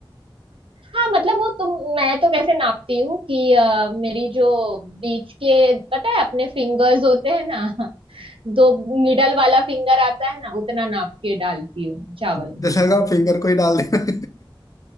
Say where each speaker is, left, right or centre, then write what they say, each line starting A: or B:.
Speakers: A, on the right (about 80°); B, on the left (about 40°).
A: हाँ मतलब वो तुम मैं तो कैसे नापती हूँ कि अ, मेरी जो बीच के पता है अपने फिंगर्स होते हैं ना <laughs> दो मिडल वाला फिंगर आता है ना उतना नाप के डालती हूँ मैं चावल
B: <laughs>
A: में
B: लगा फिंगर को ही डाल देना